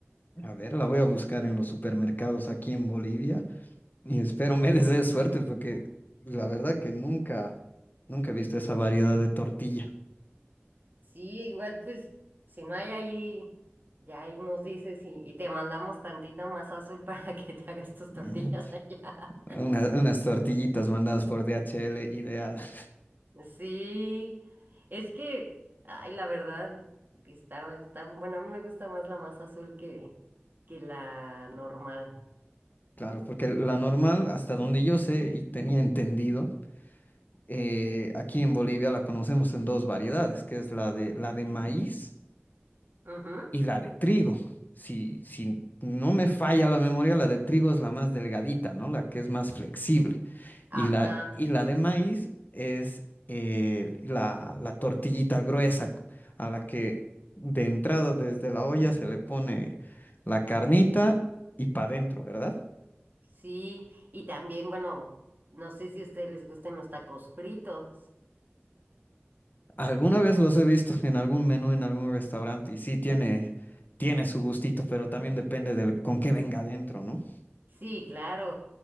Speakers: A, on the left (about 45°); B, on the right (about 45°).
A: A ver, la voy a buscar en los supermercados aquí en Bolivia. Y espero me <laughs> desees suerte porque la verdad que nunca, nunca he visto esa variedad de tortilla.
B: Sí, igual pues, si no hay ahí, ya ahí nos dices y, y te mandamos tantita masa azul <laughs> para que te hagas tus
A: Mm,
B: tortillas allá.
A: una- unas tortillitas mandadas por DHL, ideal. <laughs>
B: Sí, es que, ay, la verdad, está, está buena. A mí me gusta más la más azul que, que la normal.
A: Claro, porque la normal, hasta donde yo sé y tenía entendido, eh, aquí en Bolivia la conocemos en dos variedades, que es la de, la de maíz.
B: Ujú,
A: y la de trigo. Si, si no me falla la memoria, la de trigo es la más delgadita, ¿no? La que es más flexible.
B: Ajá,
A: Y la, y la de maíz es eh, la, la tortillita gruesa a la que de entrada desde la olla se le pone la carnita y para adentro, ¿verdad?
B: sí. Y también, bueno, no sé si a ustedes les gusten los tacos fritos.
A: Alguna vez los he visto en algún menú, en algún restaurante, y sí tiene, tiene su gustito, pero también depende del con qué venga adentro, ¿no?
B: Sí, claro.